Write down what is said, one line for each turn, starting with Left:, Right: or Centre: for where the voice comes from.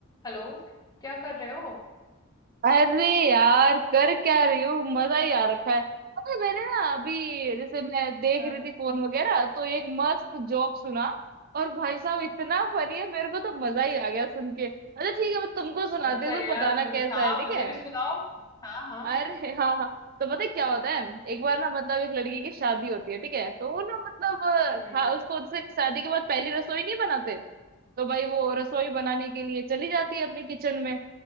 Left: हेलो क्या कर रहे हो
Right: अरे यार कर क्या रही हो मजा ही आ रखा है पता है, मैंने ना अभी जैसे मैं देख
Left: हाँ,
Right: रही थी फोन वगैरह तो एक मस्त जोक सुना और भाई साहब इतना फनी है मेरे को तो मजा ही आ गया सुन के अच्छा ठीक है मैं तुमको सुनाती
Left: अच्छा
Right: हूँ
Left: यार
Right: तुम बताना
Left: मुझे
Right: कैसा
Left: हाँ
Right: है ठीक
Left: मुझे
Right: है
Left: भी सुनाओ हाँ हाँ
Right: अरे हाँ हाँ तो पता है क्या होता है एक बार ना मतलब एक लड़की की शादी होती है ठीक है तो वो ना मतलब अ, खा-
Left: हम्म
Right: उसको जैसे शादी के बाद पहली रसोई नहीं बनाते तो भाई वो रसोई बनाने के लिए चली जाती है अपने किचन में